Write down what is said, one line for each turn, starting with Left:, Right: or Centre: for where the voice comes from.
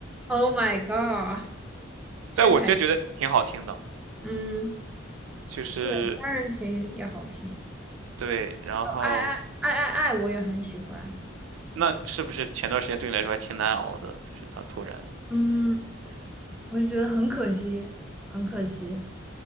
Centre: Oh my God。薛凯琪
Right: 但我就觉得挺好听的，
Centre: 嗯，
Right: 就是
Centre: 对，《三人情》也好听，
Right: 对。然后
Centre: 哦爱爱爱爱爱》我也很喜欢。
Right: 那是不是前段时间对你来说还挺难熬的？就是他突然，
Centre: 嗯，我就觉得很可惜，很可惜。